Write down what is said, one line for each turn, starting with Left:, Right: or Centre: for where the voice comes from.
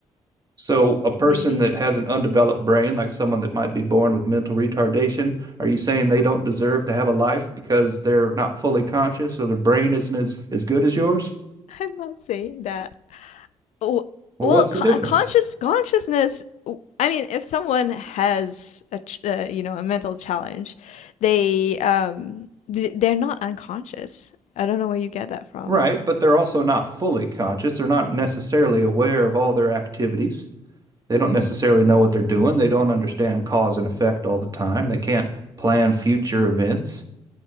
Right: So, a person
Left: Maybe.
Right: that has an undeveloped brain, like someone that might be born with mental retardation, are you saying they don't deserve to have a life because they're not fully conscious or their brain isn't as, as good as yours?
Left: <laughs> I'm not saying that. Oh,
Right: Well,
Left: Well,
Right: what's
Left: co-
Right: the difference?
Left: conscious consciousness. I mean, if someone has a ch- uh, you know a mental challenge, they um they're not unconscious. I don't know where you get that from.
Right: Right, but they're also not fully conscious. They're not necessarily aware of all their activities. They don't necessarily know what they're doing. They don't understand cause and effect all the time. They can't plan future events.